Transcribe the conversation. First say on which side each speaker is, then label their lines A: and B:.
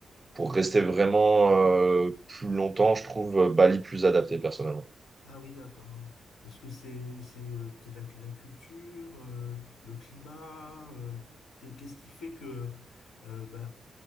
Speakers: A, on the right; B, on the left.
A: pour rester vraiment euh, plus longtemps, je trouve euh, Bali plus adapté personnellement.
B: Ah oui, d'accord. ouais. Est-ce que c'est c'est euh, peut-être la, cu- la culture, euh, le climat, euh, qu'est- qu'est-ce qui fait que euh, bah,